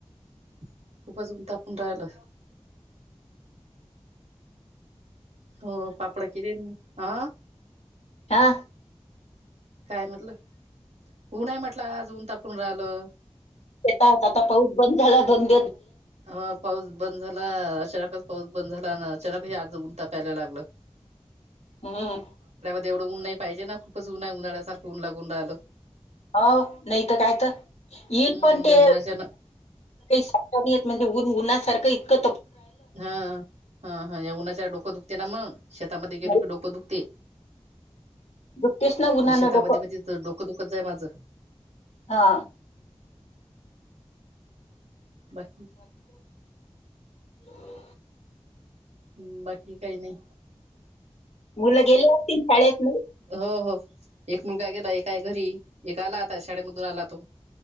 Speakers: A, on the right; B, on the left.
A: खूपच ऊन तापून राहिल.. हो पापड किलेल म हा..
B: हा.
A: काय म्हटलं उऊ नाही म्हटलं आज ऊन तापून राहिलं.
B: येत आता पाऊस बंद झाला बंद-
A: हा पाऊस.. बंद झाला अचानकच पाऊस बंद झाला आणि अचानकही आजगुंता प्यायला लागलं..
B: हम्म.
A: तेवढंऊन नाही पाहिजे ना खूपच उन्हा आहे उन्हाळ्यासारख ऊन लागून राहिलं..
B: हो नाही तर काय तर येईल
A: हम्म
B: पण ते
A: या उन्हाच्या न
B: काहीेत म्हणे उन्हासारखं इतं
A: हा हा हा या उन्हाच्या डोकं दुखते ना मग शेतामध्ये गेलो
B: नाही,
A: की डोकं दुखते.
B: दुखतेच ना उन्हानं
A: मगं शेतामध्ये
B: डोकं
A: तिथं डोकं दुखतय माझं,
B: हा
A: बाकी,
B: हो,
A: हम्म बाकी काही नाही,
B: मुल गेले असतीन शाळेत. नाही
A: हो हो एक मुलगा गेला एक आहे घरी एक आला आता शाळेमधून आला तो